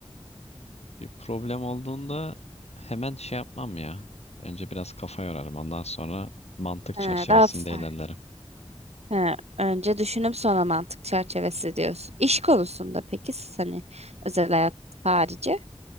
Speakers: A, on the left (about 80°); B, on the right (about 80°).
A: bir problem olduğunda hemen şey yapmam ya. Önce biraz kafa yorarım. Ondan sonra mantık
B: Ha,
A: çerçevesinde
B: daha farklı.
A: ilerlerim.
B: He, önce düşünüp sonra mantık çerçevesi diyorsun. İş konusunda peki siz hani özel hayat harici